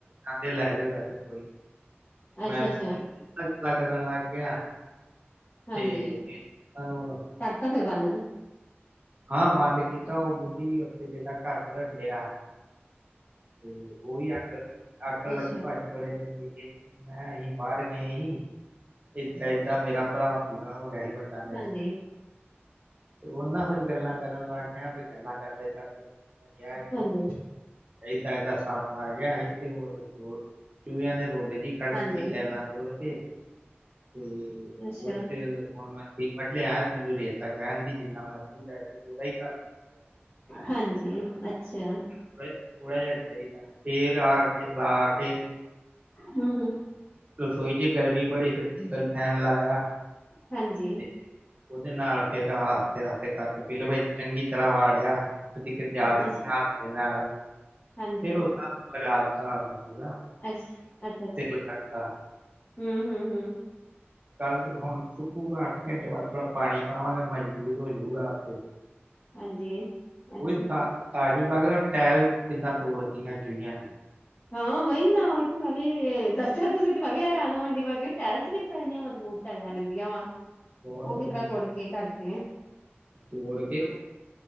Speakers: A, on the right; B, on the left.
A: ਕੇਦੇ ਲੈ ਜਾਓ ਲੈ ਜਾਓ ਕੋਈ ਨੀ
B: ਅੱਛਾ-ਅੱਛਾ,
A: ਮੈਂ <inaudible> ਗੱਲਾਂ ਕਰਨ ਲੱਗ ਗਿਆ
B: ਹਾਂਜੀ,
A: ਤੇ ਸਾਨੂੰ
B: ਕਰਤਾ ਫੇਰ ਬੰਦ ਇਹਨੂੰ।
A: ਹਾਂ ਬੰਦ ਕੀਤਾ ਉਹ ਬੁੱਢੀ ਉੱਥੇ ਜਿੱਦਾਂ ਘਰ ਬਣਨ ਡਿਆ ਤੇ ਉਹੀ ਆਖਣ ਲੱ ਆਖਣ
B: ਅੱਛਾ,
A: ਲੱਗੀ ਭਾਜੀ ਬੜੇ ਦਿਨ ਦੀ ਮੈਂ ਅਸੀਂ ਬਾਹਰ ਗਏ ਸੀ ਏਦਾਂ-ਏਦਾਂ ਮੇਰਾ ਭਰਾ ਪੂਰਾ ਹੋ ਗਿਆ ਸੀ ਵੱਡ <unintelligible>
B: ਹਾਂਜੀ।
A: ਤੇ ਉਹ ਨਾ ਫੇਰ ਗੱਲਾਂ ਕਰਨ ਲੱਗ ਗਿਆ ਤੇ ਗੱਲਾਂ ਕਰਦੇ-ਕਰਦੇ ਉਹਨਾਂ ਨੇ ਕਿਹਾ ਕਿ
B: ਹਾਂਜੀ।
A: ਏਦਾਂ-ਏਦਾਂ ਸੱਪ ਆ ਗਿਆ ਸੀ ਤੇ ਉਹ ਚੂਿਆਂ ਨੇ ਰੋਡ ਜੀ ਕੱੜਤੀ
B: ਹਾਂਜੀ,
A: ਟਾਇਲਾਂ ਤੋੜ ਕੇ ਤੇ
B: ਅੱਛਾ,
A: ਉਥੇ ਹੁਣ ਮੈਂ ਸੀਮਟ ਲਿਆਇਆ ਮੈਨੂੰ ਰੇਤਾ ਜਾਹਿਣ ਦੀ ਜਿੰਨਾ ਮਰਜ਼ੀ ਲੈ ਜਾਓ ਉਹਦਾ ਹੀ ਘਰ ਗਿਆ
B: ਹਾਂਜੀ ਅੱਛਾ।
A: ਥੋੜਾ ਜਿਹਾ ਚਾਹੀਦਾ ਫੇਰ ਆ ਕੇ ਲਾ ਕੇ
B: ਹੂੰ-ਹੂੰ,
A: ਰਸੋਈ ਚ ਗਰਮੀ ਬੜੀ ਪੈਂਦੀ ਟੇਬਲ ਫੈਨ ਲਾਇਆ।
B: ਹਾਂਜੀ
A: ਤੇ ਉਹਦੇ ਨਾਲ ਫੇਰ ਆ ਕਰਕੇ ਪੀਲ ਚੰਗੀ ਤਰ੍ਹਾਂ ਵਾੜਿਆ ਤੁਸੀ ਜਾ ਸਕਦੇ
B: ਅੱਛਾ,
A: ਹ ਹੱਥ ਦੇ ਨਾਲ
B: ਹਾਂਜੀ,
A: ਫੇਰ ਉਦਾ ਲਗਾਤਾ ਉਨੂੰ ਪੂਰਾ।
B: ਅੱਛ, ਅੱਛਾ
A: <unintelligible>
B: ਹੂੰ-ਹੂੰ, ਹੂੰ।
A: ਕੱਲ ਹੁਣ ਸੁੱਕੂਗਾ ਅੱਠ ਘੰਟੇ ਬਾਦ ਥੋੜ੍ਹਾ ਪਾਣੀ ਪਾਵਾਂਗੇ ਮਜ਼ਬੂਤ ਹੋ ਜੂਗਾ ਆਪੇ।
B: ਹਾਂਜੀ ਅੱਛਾ
A: ਉਹੀ ਤਾਜੁਬ ਲੱਗਦਾ ਟਾਇਲ ਕਿੱਦਾਂ ਤੋੜਤੀਆ ਚੂਹੀਆ ਨੇ।
B: ਹਾਂ ਵਹੀ ਨਾ ਉਹੀ ਤੇ ਮੈਂ ਵੀ ਦੱਸਿਆ ਤੁਸੀਂ ਤੇ ਮੈਂ ਵੀ ਹੈਰਾਨ ਹੋਣ ਡੀ ਮੈਂ ਕਿ ਟੈਲਸ ਕਿਸ ਤਰ੍ਹਾਂ ਇੰਨੀਆਂ ਮਜਬੂਤ ਟਲਾਂ ਰਹਿੰਦੀਆਂ ਵਾ
A: ਬਹੁਤ
B: ਉਹ
A: ਜ਼ਿਆਦਾ
B: ਕਿਸ ਤਰ੍ਹਾਂ ਤੋੜ ਕੇ ਕਰਤੀਆ।
A: ਤੋੜ ਕੇ